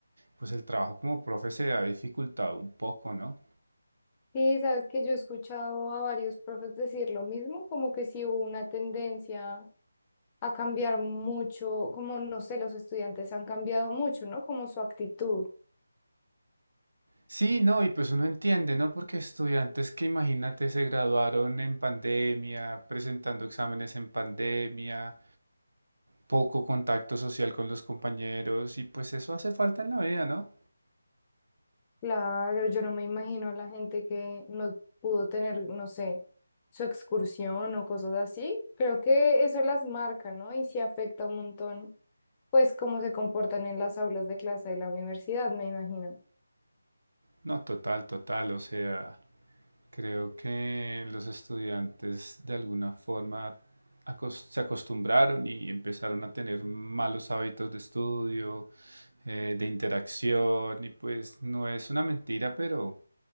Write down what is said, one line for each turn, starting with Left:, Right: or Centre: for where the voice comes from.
Right: pues el trabajo como profe se ha dificultado un poco, ¿no?
Left: Sí, sabes que yo he escuchado a varios profes decir lo mismo, como que sí hubo una tendencia a cambiar mucho, como no sé, los estudiantes han cambiado mucho, ¿no? Como su actitud.
Right: Sí, no, y pues uno entiende, ¿no? Porque estudiantes que imagínate se graduaron en pandemia, presentando exámenes en pandemia, poco contacto social con los compañeros, y pues eso hace falta en la vida, ¿no?
Left: Claro, yo no me imagino a la gente que no pudo tener, no sé, su excursión o cosas así. Creo que eso las marca, ¿no? Y sí afecta un montón, pues, cómo se comportan en las aulas de clase de la universidad, me imagino.
Right: No, total, total, o sea, creo que los estudiantes de alguna forma acos- se acostumbraron y empezaron a tener malos hábitos de estudio, eh, de interacción, y pues no es una mentira, pero...